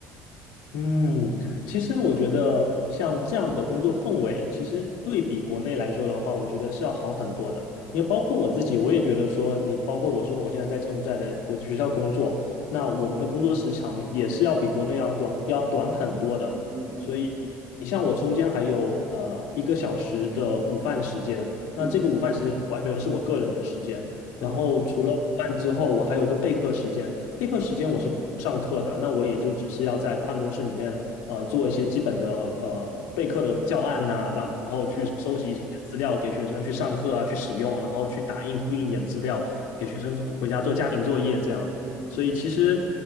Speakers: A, on the left; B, on the right.
A: 嗯，其实我觉得像这样的工作氛围，其实对比国内来说的话，我觉得是要好很多的。因为包括我自己，我也觉得说，你包括我说我现在在柬埔寨的国际学校工作，那我们的工作时长也是要比国内要广要短很多的。
B: 嗯嗯嗯
A: 所以。你像我中间还有呃一个小时的午饭时间，那这个午饭时间完全是我个人的时间。
B: 嗯，
A: 然后除了午饭之后，
B: 啊
A: 我还有一个备课时间。备课时间我是不上课的，
B: 嗯
A: 那我也就只是要在办公室里面呃做一些基本的呃备课的教案呐、然后去收集一些资料给学生去上课啊，
B: 嗯。
A: 去使用，然后去打印复印点资料给学生回家做家庭作业这样。
B: 嗯嗯，
A: 所以其实。